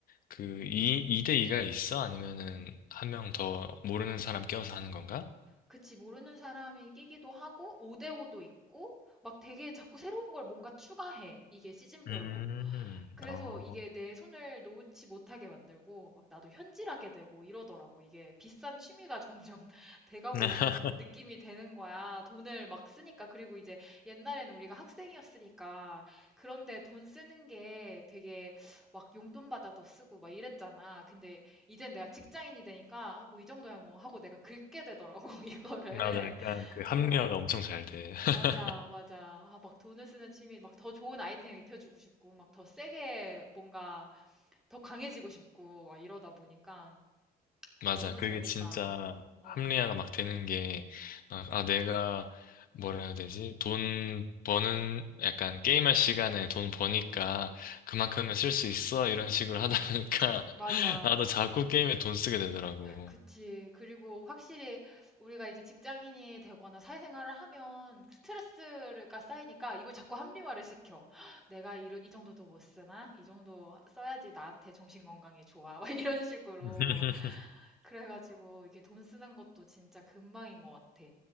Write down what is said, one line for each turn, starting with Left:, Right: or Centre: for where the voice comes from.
Left: 그 2, 이대 2가 있어? 아니면은 한 명 더 모르는 사람 껴서 하는 건가?
Centre: 그치 모르는 사람이 끼기도 하고 5대5도 있고 막 되게 자꾸 새로운 걸 뭔가 추가해 이게 시즌별로
Left: 음,
Centre: 그래서
Left: 어.
Centre: 이게 내 손을 놓지 못하게 만들고 막 나도 현질하게 되고 이러더라고 이게 비싼 취미가 점점 <laughs> 돼가고
Left: <laughs>
Centre: 있는 느낌이 되는 거야 돈을 막 쓰니까 그리고 이제 옛날에는 우리가 학생이었으니까 그런데 돈 쓰는 게 되게 막 용돈 받아도 쓰고 막 이랬잖아 근데 이젠 내가 직장인이 되니까 아, 뭐 이 정도야 뭐 하고 내가 긁게 되더라고 <laughs> 이거를
Left: 맞아, 약간 그
Centre: 어
Left: 합리화가 엄청 잘 돼. <laughs>
Centre: 맞아 맞아 아, 막 돈을 쓰는 취미 막 더 좋은 아이템 입혀주고 싶고 막 더 세게 뭔가 더 강해지고 싶고 막 이러다 보니까
Left: 맞아,
Centre: 아, 너무
Left: 그게
Centre: 재밌다
Left: 진짜
Centre: 어
Left: 합리화가 막 되는 게, 아, 아, 내가 뭐라 해야 되지? 돈 버는, 약간 게임할 시간에 돈 버니까 그만큼은 쓸 수 있어. 이런 식으로 하다 보니까
Centre: 맞아
Left: <laughs> 나도 자꾸 게임에 돈 쓰게 되더라고.
Centre: 그치. 그리고 확실히 우리가 이제 직장인이 되거나 사회생활을 하면 스트레스가 쌓이니까 이걸 자꾸 합리화를 시켜. <gasps> 내가 이런, 이 정도도 못 쓰나? 이 정도 써야지 나한테 정신건강에 좋아. <laughs> 막 이런 식으로.
Left: <laughs>
Centre: 그래가지고 이게 돈 쓰는 것도 진짜 금방인 것 같아.